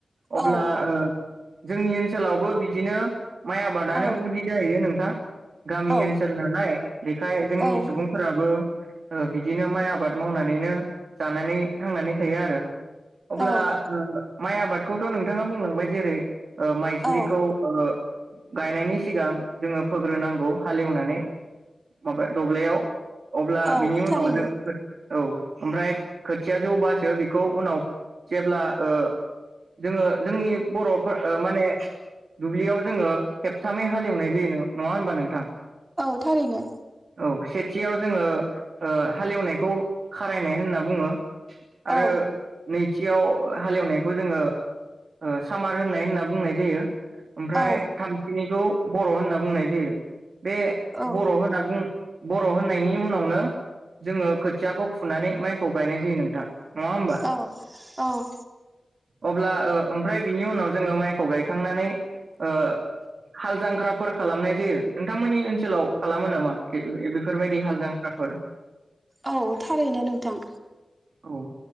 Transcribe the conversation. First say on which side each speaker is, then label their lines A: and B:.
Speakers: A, on the right; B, on the right.
A: अब्ला
B: औ
A: जोंनि ओनसोलावबो बि दिनो माइ आबादानो
B: औ
A: गुदि जाहैयो नोंथां। गामि
B: औ
A: ओनसोल नालाय बेखाय जोंनि
B: औ
A: सुबुंफोराबो ओ बिदिनो माइ आबाद मावनानैनो जानानै थांनानै थायो आरो। अब्ला
B: औ
A: ओ माइ आबादखौथ नोंथांङा बुंलांबाय जेरै ओ माइज्लिखौ
B: औ
A: गायनायनि सिगां जोंङो फोग्रोनांगौ हालेवनानै माबा दब्लयाव। अब्ला
B: औ
A: बिनि उनाव
B: थारैनो
A: जों औ ओमफ्राय खोथिया जौबासो बेखौ उनाव जेब्ला ओ जोंङो जोंनि बरफोर माने दुब्लियाव जोंङो खेबथामै हालेवनाय जायो नंङा होनमबा नोंथां?
B: औ थारैनो।
A: औ सेथियाव जोंङो ओ हालेवनायखौ खारायनाय होनना बुङो। आरो
B: औ
A: नै सेथियाव हालेवनायखौ जोंङो ओ सामार होननाय होनना बुंनाय जायो। ओमफ्राय
B: औ
A: थामथिनिखौ बर होनना बुंनाय जायो। बे
B: औ
A: बर होनना बुं बर होननायनि उनावनो, जोंङो खोथियाखौ फुनानै माइ खौ गायनाय जायो नोंथां, नंङा होनबा?
B: औ औ
A: अब्ला ओमफ्राय बिनि उनाव जोंङो माइखौ गायखांनानै ओ हाल जांख्राफोर खालामनाय जायो, नोंथांमोननि ओनसोलाव खालामो नामा बेफोरबायदि हाल जांख्राफोर?
B: औ थारैनो नोंथां।
A: औ